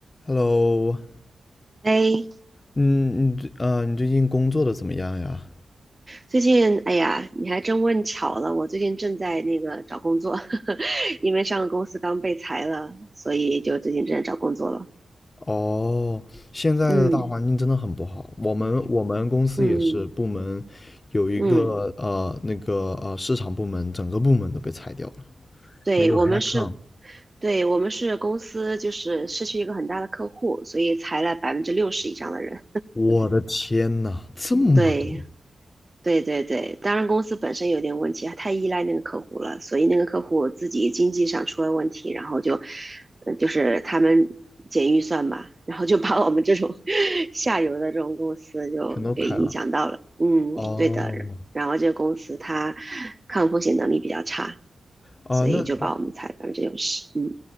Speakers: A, on the left; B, on the right.
A: Hello，
B: 哎，
A: 嗯，你最呃，你最近工作的怎么样呀？
B: 最近，哎呀，你还真问巧了，我最近正在那个找工作，<laughs> 呵呵，因为上个公司刚被裁了，所以就最近正在找工作了。
A: 哦，现在的大环境真的很不好。
B: 嗯
A: 我们我们公司也是部门有一个呃那个呃市场部门，
B: 嗯嗯，
A: 整个部门都被裁掉了，
B: 对，
A: 没有
B: 我们是，
A: headcount。
B: 对，我们是公司，就是失去一个很大的客户，所以裁了百分之六十以上的人。
A: 我的天呐，这么多，
B: 对，对对对，当然公司本身有点问题，它太依赖那个客户了，所以那个客户自己经济上出了问题，然后就，呃就是他们减预算嘛，然后就把我们这种 <laughs> 下游的这种公司就给影响到了。
A: 全都开了。
B: 嗯，
A: 哦，
B: 对的。然后这个公司它抗风险能力比较差，
A: 啊、
B: 所以就把我们裁干这种事。
A: 那那
B: 嗯，